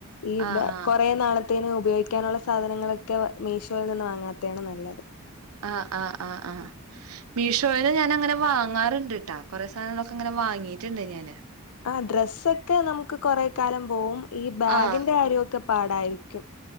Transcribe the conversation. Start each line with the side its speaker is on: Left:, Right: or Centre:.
Left: ഈ
Right: ആഹ് ആഹ്
Left: കൊറെ നാള ത്തേനു ഉപയോഗിക്കനൊള്ളാ സാധനൾങ്ങളൊക്കെ മീഷോയിന്ന് വാങ്ങാത്തെയാണ് നല്ലത്
Right: ആഹ് ആഹ് ആഹ് മീഷോയിന്ന് ഞാന് അങ്ങനെ വാങ്ങാറ്ണ്ടട്ടൊ കൊറെ സാനങ്ങളൊക്കെ ഇങ്ങനെ വാങ്ങിട്ടിണ്ട് ഞാന്
Left: ആഹ് ഡ്രസ്സൊക്കെ നമ്മക്ക് കൊറെ കാലം പോവും ഈ ബാഗിന്റെ
Right: ആഹ്
Left: കാര്യയൊക്കെ പാടാരിക്കും